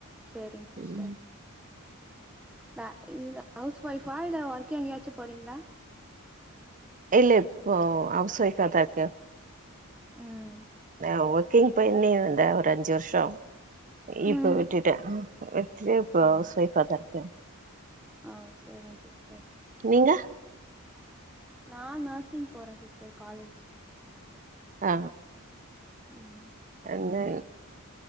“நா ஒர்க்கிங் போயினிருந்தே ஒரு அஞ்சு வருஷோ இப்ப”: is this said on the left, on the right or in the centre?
Right